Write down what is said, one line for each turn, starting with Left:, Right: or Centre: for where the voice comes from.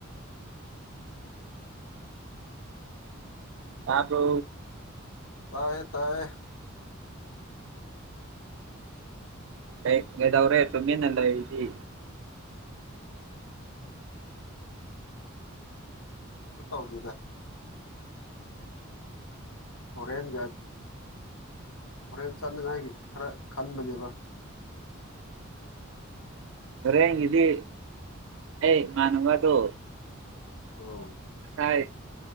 Right: ꯇꯥꯗ꯭ꯔꯣ
Left: ꯇꯌꯦ ꯇꯥꯏ
Right: ꯀꯩ ꯀꯩꯗꯧꯔꯦ ꯇꯨꯃꯤꯟꯅꯥ ꯂꯩꯔꯤꯗꯤ
Left: ꯀꯩꯁꯨ ꯇꯧꯗꯦꯗ ꯍꯣꯔꯦꯟꯒꯠ ꯍꯣꯔꯦꯟ ꯆꯥꯅꯉꯥꯏꯒꯤ ꯈꯔ ꯈꯟꯕꯅꯦꯕ
Right: ꯍꯔꯦꯒꯤꯗꯤ ꯑꯩ ꯏꯃꯥꯟꯅꯕꯗꯣ
Left: ꯑꯣ
Right: ꯁꯥꯏ